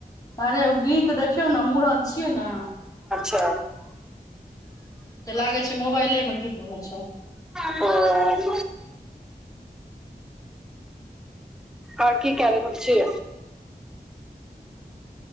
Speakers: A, on the left; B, in the centre.
A: अरे ओ गीत देखियौ ने मूड़न छियै ने
B: अचा
A: तऽ लागै छै मोबाइलेमे गीत होइ छै
B: त आर की क हो छै